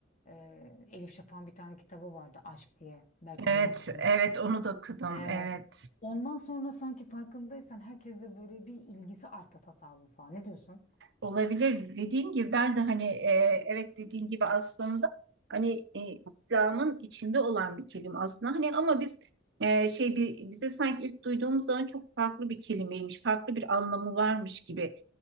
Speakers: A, on the left (about 40°); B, on the right (about 65°).
A: ee, Elif Şafak'ın bir tane kitabı vardı Aşk diye. Belki
B: evet
A: duymuşsun.
B: evet onu da okudum
A: Evet.
B: evet
A: Ondan sonra sanki farkındaysan herkes de böyle bir ilgisi arttı tasavvufa. Ne diyorsun?
B: Olabilir. Dediğim gibi ben de hani e, evet dediğim gibi aslında hani e, İslam'ın içinde olan bir kelime aslında. Hani ama biz e, şey bir, bize sanki ilk duyduğumuz zaman çok farklı bir kelimeymiş, farklı bir anlamı varmış gibi